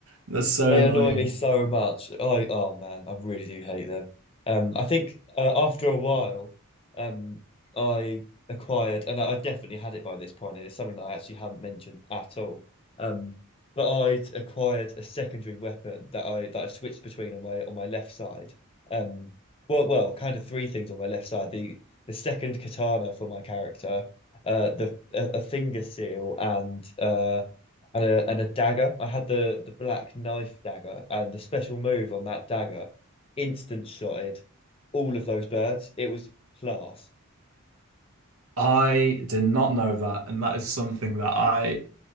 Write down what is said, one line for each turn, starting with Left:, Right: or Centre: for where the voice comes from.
Right: They're so
Left: They
Right: annoying.
Left: annoy me so much. I oh man, I really do hate them. Um, I think uh, after a while, um, I acquired, and I I definitely had it by this point, and it's something that I actually haven't mentioned at all. Um, but I'd acquired a secondary weapon that I that I switched between on my on my left side. Um, well, well, kind of three things on my left side: the the second katana for my character, uh, the a, a finger seal, and uh and a and a dagger. I had the the black knife dagger and the special move on that dagger instant shotted all of those birds. It was class. <laughs>
Right: I did not know that, and that is something that I